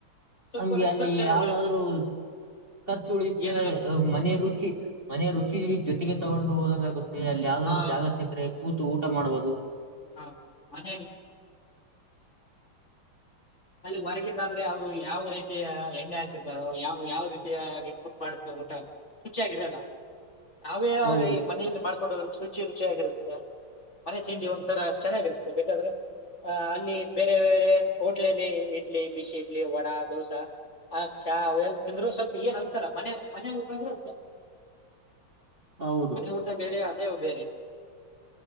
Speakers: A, on the left; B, on the right.
A: ಸ್ವಲ್ಪ
B: ನಮ್ಗೆ
A: ಸ್ವಲ್ಪ
B: ಅಲ್ಲಿ
A: ಖರ್ಚೆಲ್ಲ
B: ಯಾವದಾದ್ರು.
A: ಉಳಿಯುತ್ತೆ
B: ಖರ್ಚು ಉಳಿಯಿತೆ
A: ಏನಾದ್ರು
B: ಮನೆ ರುಚಿ ಮನೆ ರುಚಿ ಜೊ ತಿಗೆ ತಗೊಂಡು ಹೋದಂಗ ಆಗುತ್ತೆ ಅಲ್ಲಿ ಯಾವ್ದಾದ್ರರು
A: ಆ
B: ಜಾಗ ಸಿಕ್ಕ್ರೆ ಕೂತು ಊಟ ಮಾಡ್ಬಹುದು.
A: ಹಾ ಮನೆ ನನಗೆ ಹೊರಗದಾದ್ರೆ ಅವರು ಯಾವ ರೀತಿಯ ಎಣ್ಣೆ ಹಾತತಾರೋ ಯಾವ ಯಾವ ರೀತಿಯಾಗಿ ಕುಕ್ ಮಾಡಿರ್ತಾರೋ ಗೊತ್ತಿಲ್ಲ ರುಚಿಯಾಗಿರ್ಬೇಕು ನಾವೇ
B: ಹೌದು
A: ಈ ಮನೆಯಲ್ಲಿ ಮಾಡ್ಕೊಂಡು ರುಚಿ ರುಚಿಯಾಗಿರುತ್ತೆ ಮನೆ ತಿಂಡಿ ಒಂದು ಒಂತರ ಚೆನ್ನಾಗಿರುತ್ತೆ ಬೇಕಾದ್ರೆ ಅ ಅಲ್ಲಿ ಬೇರೆ ಬೇರೆ ಹೋಟ್ಲಲ್ಲಿ ಇಡ್ಲಿ ಬಿಸಿ ಇಡ್ಲಿ ವಡಾ ದೋಸಾ ಚಾ ಅವು ತಿಂದ್ರು ಸ್ವಲ್ಪ ಏನ್ಸಲ್ಲಾ ಮನೆ ಊಟನೂ
B: ಹೌದು
A: ಮನೆ ಊಟನೇ ಬೇರೆ ಅದೇ ಊಟನೂ ಬೇರೆ